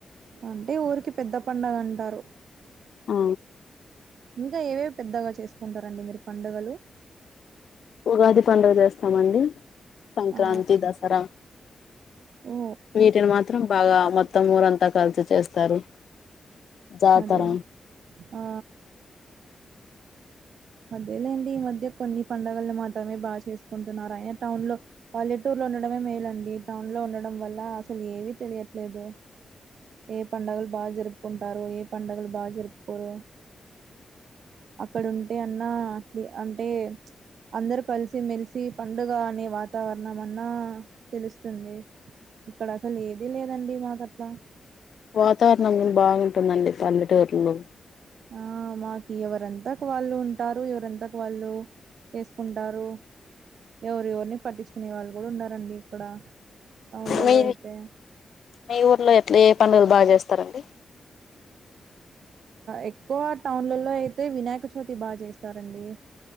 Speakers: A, on the right; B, on the left.
A: అంటే ఊరికి పెద్ద పడుగ అంటారు.
B: ఆ.
A: ఇంకా ఏవేవి పెద్దగా చేసుకుంటారండి మీరు పండుగలు.
B: ఉగాది పండుగ చేస్తామండి. సంక్రాంతి
A: ఆ
B: దసరా
A: ఓ
B: వీటిని మాత్రం. బాగా మొత్తం ఊరంతా కలిసి చేస్తారు. జాతర
A: అదే ఆ. అదేలేండి ఈ మధ్య కొన్ని పండుగలు మాత్రమే బాగా చేసుకుంటున్నారు ఆయన టౌన్ లో. పల్లెటూర్లో ఉండడమే మేలండి టౌన్ లో ఉండడం వల్ల అసలు ఏవీ తెలియట్లేదు. ఏ పండగల్ బగా జరప్. అంటారు ఏ పండుగలు బాగా జరుపుకోరు అక్కడ వున్. అంటే అన్నా అట్ అంటే. అందరు కలిసి మెలిసి పండుగ అనే వాతావరణం అన్నా తెలుస్తుంది. ఇక్కడ అసలు ఏది లేదండి మాకట్లా.
B: వాతావరణం బాగుంటుందండి పల్లెటూర్లో.
A: ఆ మాకి ఎవరంతకు వాళ్ళు ఉంటారు ఎవరంతకు వాళ్ళు. చేసుకుంటారు ఎవరు ఎవరిని పట్టించుకునే వాళ్ళు కూడా ఉన్నారండి ఇక్కడ. టౌన్లలో
B: మీ
A: అయితే.
B: మీ ఊర్లో ఎట్లా ఏ పనులు బాగా చేస్తారండి.
A: ఎక్కువ టౌన్లలో అయితే వినాయక చవితి బాగా చేస్తారండి.